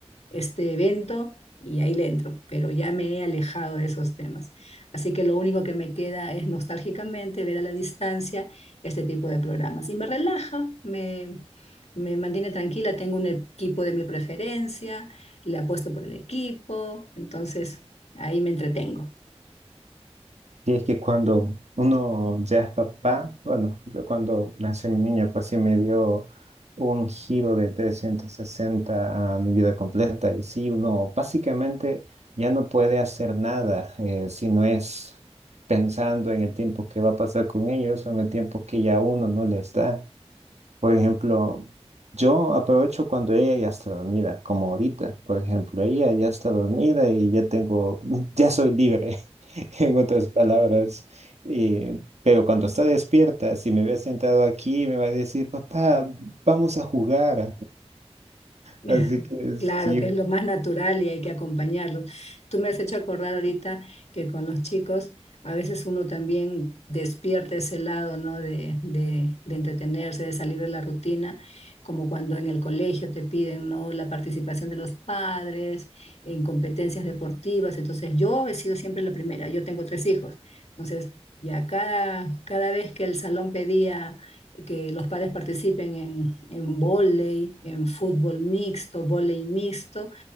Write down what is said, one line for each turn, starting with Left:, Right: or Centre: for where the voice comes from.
Left: este evento y ahí le entro, pero ya me he alejado de esos temas. Así que lo único que me queda es nostálgicamente ver a la distancia este tipo de programas. Y me relaja, me, me mantiene tranquila, tengo un equipo de mi preferencia, le apuesto por el equipo, entonces ahí me entretengo.
Right: Y es que cuando uno ya es papá, bueno, yo cuando nació mi niño, pues sí me dio un giro de 360 a mi vida completa. Y sí, uno básicamente ya no puede hacer nada eh, si no es pensando en el tiempo que va a pasar con ellos o en el tiempo que ya uno no les da. Por ejemplo, yo aprovecho cuando ella ya está dormida, como ahorita, por ejemplo, ella ya está dormida y ya tengo, <laughs> ya soy libre, <laughs> en otras palabras. Eh, pero cuando está despierta, si me ve sentado aquí, me va a decir, papá, vamos a jugar. <laughs>
Left: <laughs>
Right: Así que
Left: Claro,
Right: sí,
Left: que es lo más natural y hay que acompañarlos. Tú me has hecho acordar ahorita que con los chicos a veces uno también despierta ese lado, ¿no? De, de, de entretenerse, de salir de la rutina, como cuando en el colegio te piden, ¿no? La participación de los padres en competencias deportivas. Entonces, yo he sido siempre la primera, yo tengo tres hijos. Entonces, ya cada, cada vez que el salón pedía que los padres participen en, en vóley, en fútbol mixto, vóley mixto,